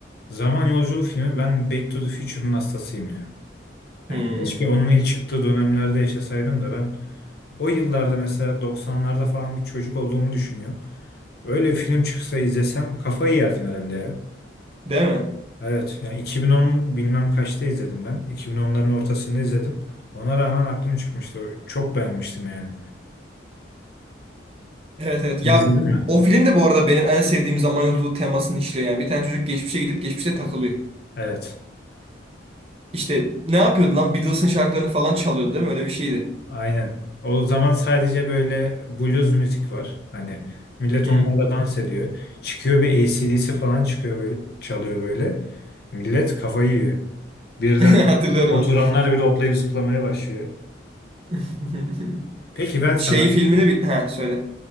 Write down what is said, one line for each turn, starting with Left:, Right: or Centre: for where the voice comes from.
Left: Zaman yolculuğu filmi ben Back to the Future'ın hastasıyım ya.
Right: Hmm,
Left: Yani keşke onun ilk çıktığı dönemlerde yaşasaydım da ben o yıllarda mesela doksanlarda falan bir çocuk olduğumu düşünüyorum. Öyle bir film çıksa izlesem kafayı yerdim herhalde ya.
Right: değil mi?
Left: Evet yani 2010 bilmem kaçta izledim ben. iki bin onların ortasında izledim. Ona rağmen aklım çıkmıştı. O- Çok beğenmiştim yani.
Right: Evet evet. Ya
Left: İzledin mi?
Right: o film de bu arada benim en sevdiğim zaman yolculuğu temasını işliyor. Yani bir tane çocuk geçmişe gidip geçmişte takılıyor.
Left: Evet.
Right: İşte ne yapıyordu lan? Beatles'ın şarkılarını falan çalıyordu değil mi? Öyle bir şeydi.
Left: Aynen. O zaman sadece böyle blues müzik var. Hani millet
Right: Hı.
Left: onlarla dans ediyor. Çıkıyor bir A C/D C D dc falan çıkıyor böyle, çalıyor böyle. Millet kafayı yiyor. Birden
Right: <laughs> Hatırlıyorum
Left: oturanlar
Right: onu.
Left: bile hoplayıp zıplamaya başlıyor.
Right: <laughs>
Left: Peki ben sana.
Right: Şey filmini bil... Ha söyle.